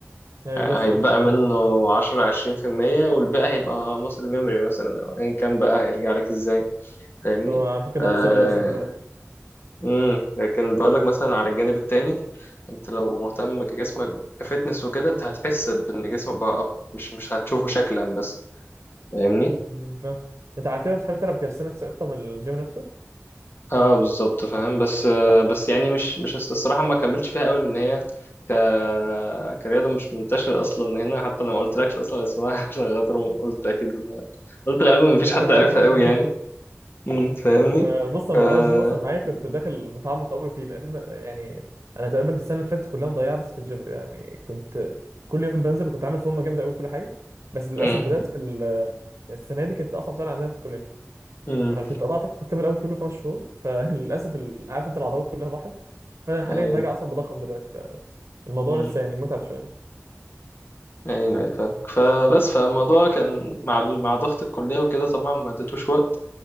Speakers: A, on the right; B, on the left.
A: يعني بص
B: هيتبقى
A: يعني
B: منه عشرة عشرين في المية والباقي هيبقى muscle memory مثلا أو أيا كان بقى هيرجع لك إزاي فاهمني؟
A: هو على فكرة
B: آه
A: ده حصل للأسف دلوقتي
B: مم. لكن بقولك مثلا على الجانب التاني أنت لو مهتم كجسمك كفتنس وكده أنت هتحس بإن جسمك بقى أقوى مش مش هتشوفه شكلا بس فاهمني؟
A: مم، فاهم انت على كده بتحب تلعب كاستنكس اكتر من الجيم نفسه؟
B: اه بالظبط فاهم بس بس يعني مش مش الصراحه ما كملتش فيها قوي لان هي ك كرياضه مش منتشره اصلا هنا حتى لما قلت لكش اصلا اسمها <laughs> عشان خاطر قلت اكيد ما... قلت غالبا ما فيش
A: لا
B: حد
A: لا عارف
B: عارفها
A: عارف
B: قوي يعني امم فاهمني
A: انا بص الموضوع
B: ف <laughs>
A: الجيم اصلا معايا كنت داخل متعمق قوي فيه لان يعني انا تقريبا السنه اللي فاتت كلها مضيعه بس في الجيم يعني كنت كل يوم بنزل وكنت عامل فورمه جامده قوي كل حاجه بس للاسف
B: امم
A: بدات في ال- السنه دي كانت اصعب سنه عندنا في الكليه
B: امم
A: فكنت قطعت الترم الاول كله خمس شهور <laughs> فللاسف ال- عارف انت العضلات كلها راحت فانا حاليا
B: ايوه
A: راجع اصلا بضخم دلوقتي فالموضوع
B: امم
A: لسه يعني متعب شويه
B: ايوه أيوة، فاهمك فبس فالموضوع كان مع ال- مع ضغط الكليه وكده طبعا ما اديتوش وقت